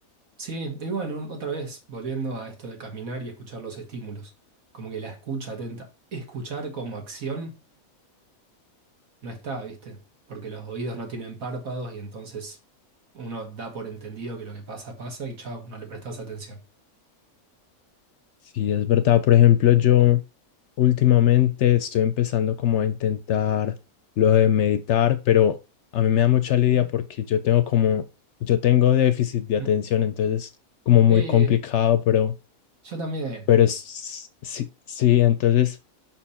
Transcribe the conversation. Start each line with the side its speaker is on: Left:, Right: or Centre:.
Right: Sí, y bueno, otra vez, volviendo a esto de caminar y escuchar los estímulos, como que la escucha atenta, escuchar como acción no está, ¿viste? Porque los oídos no tienen párpados y entonces uno da por entendido que lo que pasa, pasa y chau, no le prestas atención.
Left: Sí, es verdad. Por ejemplo, yo últimamente estoy empezando como a intentar lo de meditar, pero a mí me da mucha lidia
Right: Uh,
Left: porque yo tengo como, yo tengo déficit de atención,
Right: Mm.
Left: entonces como muy
Right: Eh,
Left: complicado, pero,
Right: yo también.
Left: pero es- sí, sí, entonces